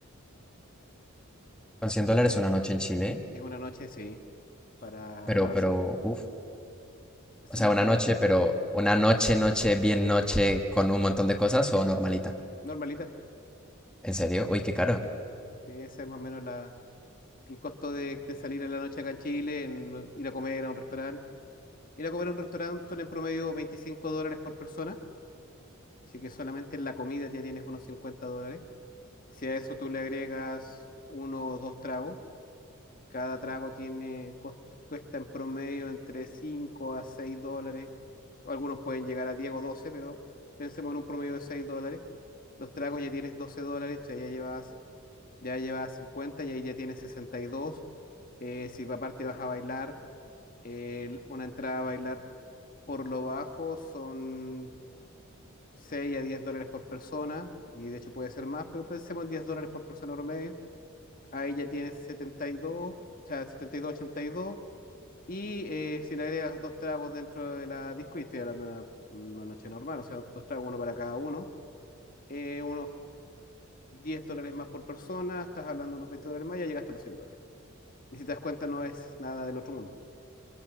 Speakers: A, in the centre; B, on the left (about 40°).
A: Con
B: Es
A: cien dólares una noche en Chile,
B: es una noche, sí, para,
A: pero,
B: para
A: pero,
B: hacer.
A: uff,
B: Ese
A: o sea,
B: es más
A: una
B: o menos,
A: noche, pero una noche, noche, bien noche, con un montón de cosas o normalita.
B: normalita.
A: ¿En serio? Uy, qué caro.
B: Sí, ese es más o menos la, el costo de, de salir en la noche acá en Chile, en ir a comer a un restaurante. Ir a comer a un restaurante son en promedio 25 dólares por persona. Así que solamente en la comida ya tienes unos 50 dólares. Si a eso tú le agregas uno o dos tragos, Cada trago tiene, cos- cuesta en promedio entre 5 a 6 dólares. Algunos pueden llegar a 10 o 12, pero pensemos en un promedio de 6 dólares. Los tragos ya tienes 12 dólares, o sea, ya llevas, ya llevas 50 y ahí ya tienes 62. Eh, si aparte vas a bailar, eh, una entrada a bailar por lo bajo son 6 a 10 dólares por persona, y de hecho puede ser más, pero pensemos en 10 dólares por persona promedio. Ahí ya tienes setenta y dos o sea, setenta y dos ochenta y dos Y eh, si le agregas dos tragos dentro de la disco, y estoy hablando de una, una noche normal, o sea, dos tragos, uno para cada uno, eh, unos 10 dólares más por persona, estás hablando de unos 20 dólares más, ya llegaste a los 100 dólares. Y si te das cuenta, no es nada del otro mundo.